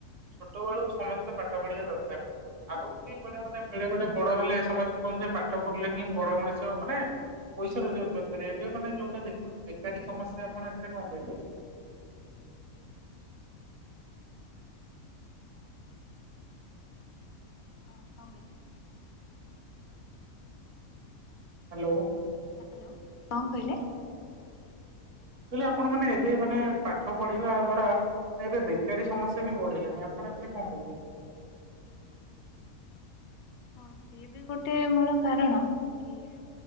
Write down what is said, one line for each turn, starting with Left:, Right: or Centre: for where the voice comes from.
Right: ଛୋଟ ବେଳୁ ସମସ୍ତେ ପାଠ ପଢିବା ଦରକାର। ଆଗକୁ କେହି କହିବ ମାନେ ବେଳେ ବେଳେ ବଡ ହେଲେ ସମସ୍ତେ କୁହନ୍ତି ଯେ ପାଠ ପଢିଲେ ହିଁ ବଡ ମଣିଷ ମାନେ। ପଇସା ରୋଜଗାର କରିପାରିବେ ଏବେ ମାନେ ଯୋଉଟା ଦେଖଉଛି ବେକାରୀ ସମସ୍ୟା ଆପଣ ଆ ଥୀଏରରେ କଣ କହିବେ।
Left: ହଁ କଣ କହିଲେ?
Right: ହାଲୋ
Left: ହାଲୋ କଂ କହିଲେ।
Right: କଇଲି ଆପଣ ମାନେ ଏବେ ମାନେ ପାଠ ପଢିବା ଦ୍ଵାରା। ଏବେ ବେକାରୀ ସମସ୍ୟା ବି ବଢିଲାଣିି ଆପଣ ଏଥିରେ କଣ କହିବେ?
Left: ହଁ ସିଏ ବି ଗୋଟେ ମୂଳ କାରଣ। କିଏ